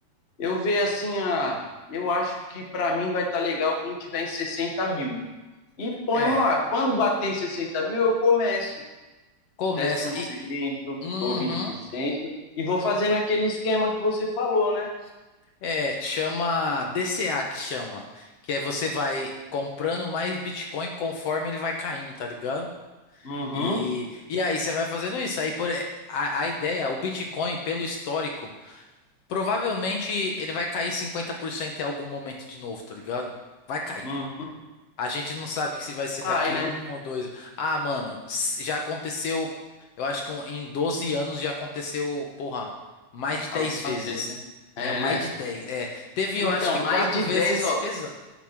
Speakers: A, on the left; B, on the left.
A: Eu vejo assim, ah, eu acho que para mim vai estar legal quando tiver em 60 mil. E ponho
B: é.
A: lá. Quando bater em 60 mil, eu começo
B: Começa
A: dez por cento
B: e. Uhum.
A: ou vinte por cento e vou fazendo aquele esquema que você falou, né?
B: É, chama DCA que chama, que é você vai comprando mais Bitcoin conforme ele vai caindo, tá ligado?
A: Uhum,
B: E, e aí você vai fazendo isso. Aí por a, a ideia, o Bitcoin, pelo histórico, provavelmente ele vai cair 50% em algum momento de novo, tá ligado? Vai cair.
A: uhum.
B: A gente não sabe se vai ser
A: Vai,
B: daqui
A: né?
B: um ou dois. Ah, mano, s- já aconteceu. Eu acho que um- em 12 anos já aconteceu, porra, mais de 10
A: Algumas
B: vezes.
A: vezes, né? É,
B: É, mais
A: né?
B: de 10. É, teve, eu
A: Então,
B: acho que
A: mais
B: quatro
A: de
B: vezes
A: 10, ó.
B: pesado.